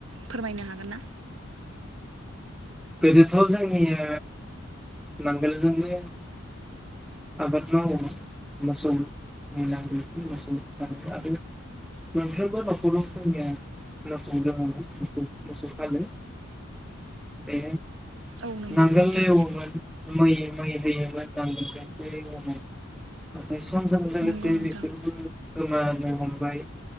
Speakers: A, on the right (about 75°); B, in the centre.
A: फोरमायनो हागोन ना?
B: गोदोथ जोंनिया नांगोलजोंनो आबाद मावोमोन मोसौ नांगोलजों मोसौ आरो मोनफ्रोमबो न'खराव जोंनिया मोसौ दङमोन मोसौ फालो बे
A: औ नंगौ
B: नांगोल
A: नोंथां
B: एवोमोन मै मै होयो <unintelligible> समजों लोगोसे
A: नंगौ नोंथां
B: बेफोरबो गोमानो हमबाय